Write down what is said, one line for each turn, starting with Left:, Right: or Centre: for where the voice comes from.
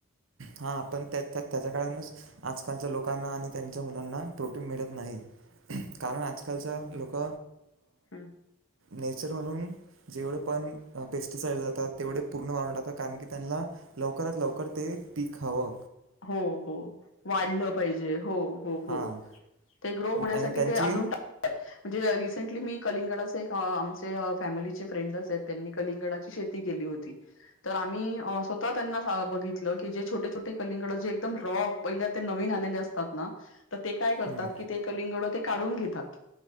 Right: हा पण त्या त्याच्या कारणानच आजकालच्या लोकांना आणि त्यांच्या मुलांना प्रोटीन मिळत नाही. कारण आजकालच लोक
Left: हम्म
Right: नेचर म्हणून जेवढे पण पेस्टिसाईड जातात तेवढे पूर्ण वांटातात कारण की त्यांना लवकरात लवकर ते पीक हव
Left: हो हो वाढलं पाहिजे हो हो हो
Right: हां
Left: ते ग्रो होण्यासाठी
Right: आणि त्यांची
Left: ते अजूनात म्हणजे रिसेंटली मी कलिंगडाच एक आमचे फॅमिलीचे फ्रेंड त्यांनी कलिंगडाची शेती केली होती, तर आम्ही स्वतः त्यांना बघितलं की जे छोटे छोटे कलिंगडे एकदम रॉ पहिले नवीन आलेले असतात ना ते काय करतात
Right: हं.
Left: की ते कलिंगड ते काढून घेतात